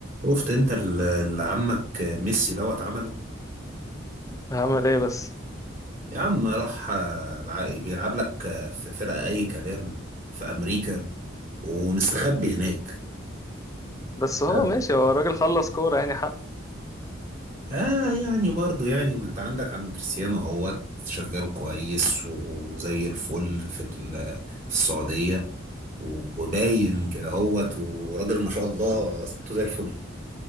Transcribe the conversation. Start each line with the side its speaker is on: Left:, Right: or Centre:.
Right: شفت انت ال- اللي عمك ميسي دوت عمله
Left: هعمل ايه بس
Right: يا عم راح آه، الع- بيلعب لك آه، في فرقة اي كلام في امريكا ومستخبي هناك
Left: بس هو
Right: مستخبي.
Left: ماشي هو الراجل خلص كورة يعني حق
Right: اه يعني برضو يعني ما انت عندك عم كريستيانو اهوت شغال كويس وزي الفل في ال- في السعودية وباين
Left: مم.
Right: كده اهوت وراجل ما شاء الله صحته زي الفل